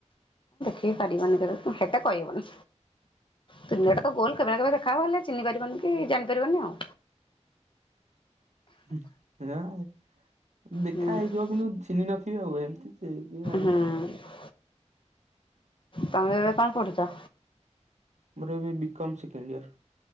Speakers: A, on the left; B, on the right.
A: କି ପାରିବନି <unintelligible> ହେଟା କହି ହବନି। ଦୁନିଆଟା ତ ଗୋଲ କେବେ ନା କେବେ ଦେଖା ହେବ ହେଲେ ଚିହ୍ନି ପାରିବନି କି ଜାଣିପାରିବନି ଆଉ।
B: ହୁଁ ରାଏ। ଦେଖା
A: ହୁଁ
B: ହେଇଥିବ କିନ୍ତୁ ଚିହ୍ନି ନଥିବେ ଆଉ ଏମତି ସେ କିଏ ଜାଣୁଛି।
A: ହୁଁ ତମେ ଏବେ କଣ ପଢୁଛ?
B: ମୋର ଏବେ ବିକମ ସେକେଣ୍ଡ ଇୟର।